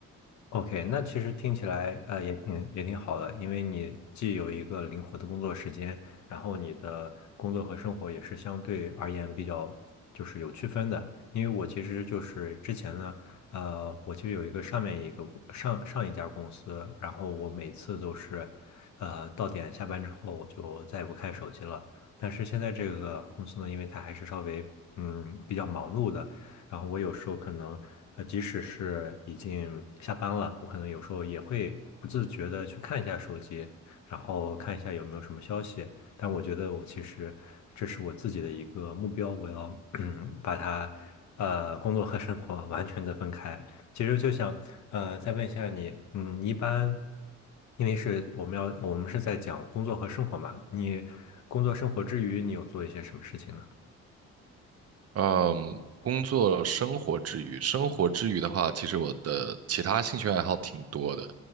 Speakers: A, on the left; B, on the right.
A: OK，那其实听起来呃也挺也挺好的，因为你既有一个灵活的工作时间，然后你的工作和生活也是相对而言比较就是有区分的。因为我其实就是之前呢，呃，我其实有一个上面一个公上上一家公司，然后我每次都是呃到点下班之后我就再也不看手机了。但是现在这个公司呢，因为它还是稍微嗯比较忙碌的。然后我有时候可能，呃，即使是已经下班了，我可能有时候也会不自觉的去看一下手机，然后看一下有没有什么消息。但我觉得我其实这是我自己的一个目标，我要 <clears throat> 把它，呃，工作和生活完全的分开。其实就想，呃，再问一下你，嗯，一般，因为是我们要，我们是在讲工作和生活嘛，你工作生活之余，你有做一些什么事情呢？
B: 嗯，工作生活之余，生活之余的话，其实我的其他兴趣爱好挺多的，